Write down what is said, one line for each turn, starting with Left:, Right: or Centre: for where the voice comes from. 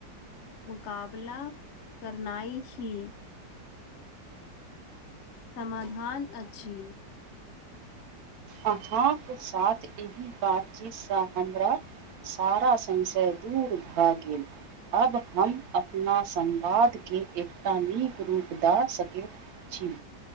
Left: मुकाबला करनाई ही समाधान अछि
Right: अहाँ केँ साथ एहि बातचीतसँ हमरा सारा संशय दूर भऽ गेल अब हम अपना संवादकेँ एकटा नीक रूप दऽ सकैत छी